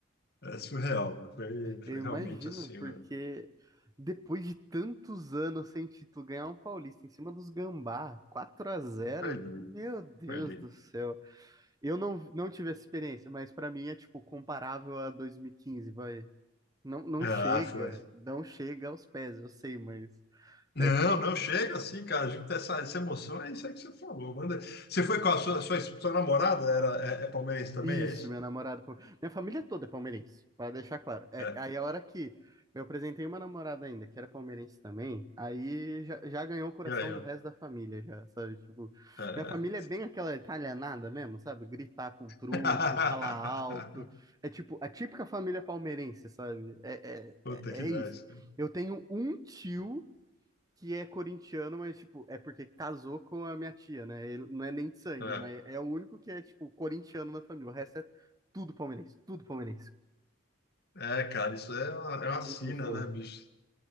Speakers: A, on the left; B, on the right.
A: É surreal, mano. Foi, foi
B: Eu
A: realmente
B: imagino,
A: assim,
B: porque
A: mano.
B: depois de tantos anos sem título, ganhar um Paulista em cima dos Gambá, quatro a zero
A: Foi lindo,
B: meu Deus
A: foi lindo.
B: do céu. Eu não, não tive essa experiência, mas pra mim é tipo comparável a 2015 vai. Não, não
A: Ah,
B: chega,
A: foi.
B: não chega aos pés, eu sei, mas
A: Não,
B: deve ter
A: não, chega assim, cara. A gente tem essa, essa emoção, é isso aí que você falou. Manda. Você foi com a sua, sua, sua namorada, era, é, é palmeirense também,
B: Isso,
A: é isso?
B: meu namorado. pal- Minha família toda é palmeirense, para deixar claro. É,
A: É.
B: aí a hora que eu apresentei uma namorada ainda, que era palmeirense também, aí já, já ganhou o coração
A: E aí, ó.
B: do resto da família, já, sabe? Tipo,
A: É.
B: minha família é bem aquela italianada mesmo, sabe? Gritar com truco,
A: <laughs>
B: falar alto. É tipo, a típica família palmeirense, sabe? É,
A: Puta
B: é, é
A: que
B: é isso.
A: 10, cara.
B: Eu tenho um tio que é corintiano, mas, tipo, é porque casou com a minha tia, né? Ele não é nem de sangue,
A: É,
B: mas é o único que é, tipo, corintiano na família. O resto é tudo palmeirense, tudo palmeirense.
A: É, cara, isso é uma, é
B: É
A: uma
B: muito
A: sina,
B: gostoso.
A: né, bicho?